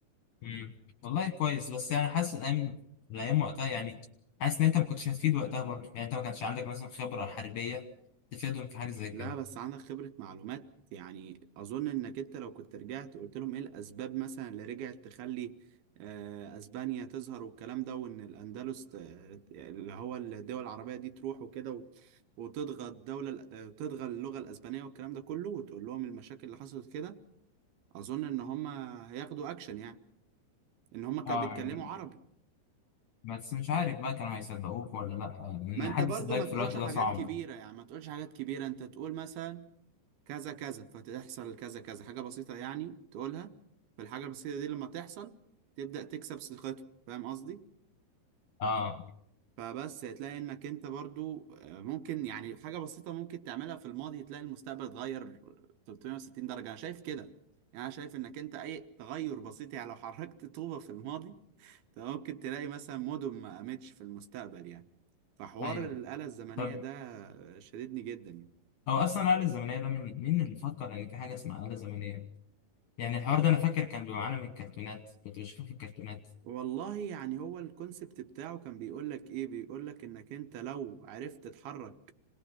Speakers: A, on the left; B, on the right.
A: مم. والله كويس بس يعني حاسس الأيام الأيام وقتها يعني حاسس إن أنت ما كنتش هتفيد وقتها برضه يعني أنت ما كانش عندك مثلا خبرة حربية تفيدهم في حاجة زي
B: لا
A: كده
B: بس عندك خبرة معلومات يعني أظن إنك أنت لو كنت رجعت قلت لهم إيه الأسباب مثلا اللي رجعت تخلي آه، أسبانيا تظهر والكلام ده وإن الأندلس ت- اللي هو الدول العربية دي تروح وكده و- وتضغى الدولة ال- آه، تضغى اللغة الأسبانية والكلام ده كله وتقول لهم المشاكل اللي حصلت كده أظن إن هم هياخدوا أكشن يعني إن هم كانوا
A: آه
B: بيتكلموا
A: يعني
B: عربي
A: بس مش عارف بقى كانوا هيصدقوك ولا لأ لأن
B: ما أنت
A: حد
B: برضو
A: يصدقك
B: ما تقولش
A: في الوقت
B: حاجات
A: ده صعب
B: كبيرة يعني ما تقولش حاجات كبيرة أنت تقول مثلا كذا كذا فتحصل كذا كذا حاجة بسيطة يعني تقولها فالحاجة البسيطة دي لما تحصل تبدأ تكسب ثقته فاهم قصدي؟
A: آه
B: فبس هتلاقي انك انت برضو آه، ممكن يعني حاجة بسيطة ممكن تعملها في الماضي تلاقي المستقبل اتغير 360 درجة انا شايف كده يعني انا شايف انك انت اي تغير بسيط يعني لو حركت طوبة في الماضي انت ممكن تلاقي مثلا مدن ما قامتش في المستقبل يعني فحوار
A: أيوه
B: الآلة الزمنية
A: طب
B: ده شددني جدا يعني
A: هو أصلا الآلة الزمنية ده من مين اللي فكر إن في حاجة اسمها آلة زمنية؟ يعني الحوار ده انا فاكر كان بيبقى معانا من الكرتونات كنت بشوفه في الكرتونات
B: والله يعني هو الكونسبت بتاعه كان بيقول لك ايه بيقول لك انك انت لو عرفت تتحرك